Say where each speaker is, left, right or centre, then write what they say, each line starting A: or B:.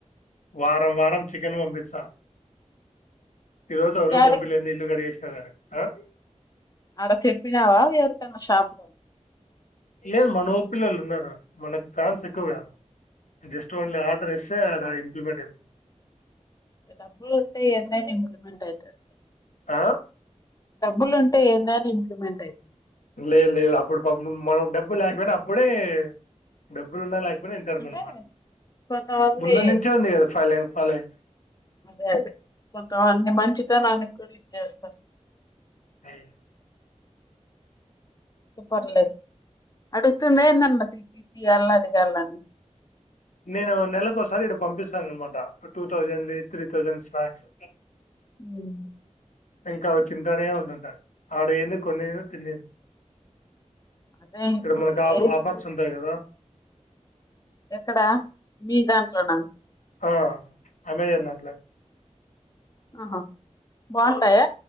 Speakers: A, on the left; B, on the left.
A: వారం వారం చికెన్ వంపిసా ఈరోజు ఎవరు
B: యాడికి
A: పంపిలేదు ఇల్లు కడిగేసిన గానీ ఆ
B: అడ చెప్పినావా ఎరకన్నా షాపు
A: లేదు మన ఊరు పిల్లలు ఉన్నారు మనకి ఫ్యాన్స్ ఎక్కువ కాద జస్ట్ ఓన్లీ ఆర్డర్ ఇస్తే అడ ఇంప్లిమెంట్ అయిపో
B: డబ్బులు అంటే ఎన్నైన్ ఇంప్లిమెంట్ అయితది
A: ఆ
B: డబ్బులు ఉంటే ఏందని ఇంప్లిమెంట్ అయితది
A: లేదు లేదు అప్పుడు పాపం మనం డబ్బు లేకపోయినా అప్పుడే డబ్బులున్నా లేకపోని ఇంటరు
B: అంటే
A: మనమాట
B: కొంతమంది
A: ముందు నుంచే ఉంది కదా ఫాలో ఫాలోంగ్
B: అదే అదే కొంత మంది మంచిత నానికి కూడా ఇది చేస్తారు
A: అయి
B: పర్లేదు అడుతుంద ఏందన్న తియాళ్ళ అది కాళ్ళని
A: నేను నెలలకు ఒకసారి ఇదకీ పంపిస్తాను. అన్నమాట two thousand three thousand snacks
B: ఉమ్
A: ఇంకా అవి తింటనే ఉంటుంటారు ఆడేంది కొన్నింది తినేది
B: అదే
A: ఇక్కడ
B: ఇప్పుడు
A: మనకి
B: లేదు
A: ఆ ఆఫర్స్ ఉంటాయి కదా
B: ఎక్కడా మీ దాంట్లోనా
A: ఆ అమెజాన్ దాంట్లో
B: ఆహా బాగుంటాయా